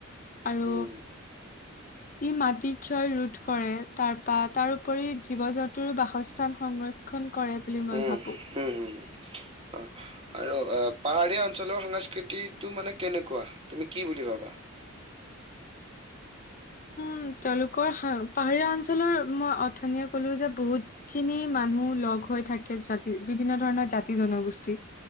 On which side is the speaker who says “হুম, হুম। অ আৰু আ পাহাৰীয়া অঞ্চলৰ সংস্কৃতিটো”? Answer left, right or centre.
Right